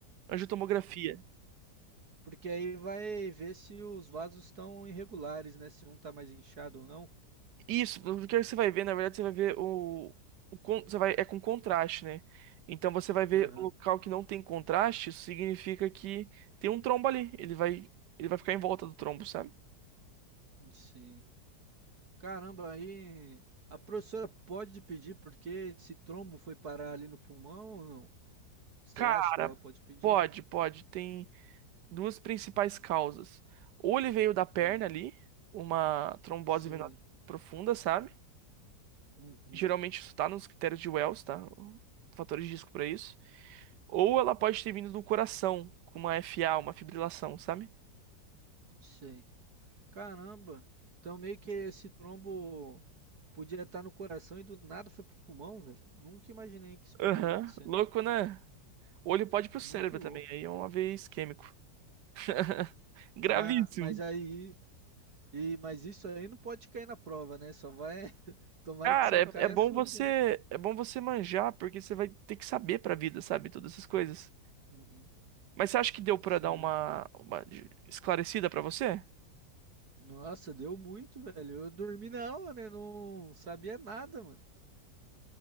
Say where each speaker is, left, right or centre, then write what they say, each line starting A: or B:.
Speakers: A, on the right (about 75°); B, on the right (about 60°).
A: angiotomografia.
B: Porque aí vai ver se os vasos estão irregulares, né? Se um tá mais inchado ou não.
A: Isso, o que você vai ver, na verdade, você vai ver o, o con- você vai, é com contraste, né? Então você vai ver
B: Aham,
A: o local que não tem contraste, isso significa que tem um trombo ali. Ele vai, ele vai ficar em volta do trombo, sabe?
B: sim. Caramba, aí a professora pode pedir porque esse trombo foi parar ali no pulmão ou não? Você
A: Cara,
B: acha que ela pode pedir?
A: pode, pode. Tem duas principais causas. Ou ele veio da perna
B: Hum,
A: ali, uma trombose
B: sim.
A: venosa profunda, sabe?
B: Uhum,
A: Geralmente isso tá nos critérios de Wells, tá? Fatores de risco pra isso. Ou ela pode ter vindo do coração, com uma FA, uma fibrilação, sabe?
B: sim. Caramba, então meio que esse trombo podia estar no coração e do nada foi pro pulmão, velho. Nunca imaginei que isso podia
A: Aham.
B: acontecer.
A: Louco, né? O olho pode ir pro
B: Muito
A: cérebro também,
B: louco.
A: aí é um AVE isquêmico. <laughs> Gravíssimo.
B: Mas, mas aí E, mas isso aí não pode cair na prova, né? Só vai. <laughs> Tomara
A: Cara,
B: que só caia
A: é, é bom
B: sobre.
A: você, é bom você manjar, porque você vai ter que saber pra vida, sabe? Todas essas coisas.
B: Uhum.
A: Mas você acha que deu pra
B: Sim.
A: dar uma, uma de- esclarecida pra você?
B: Nossa, deu muito, velho. Eu dormi na aula, né? Não sabia nada, mano.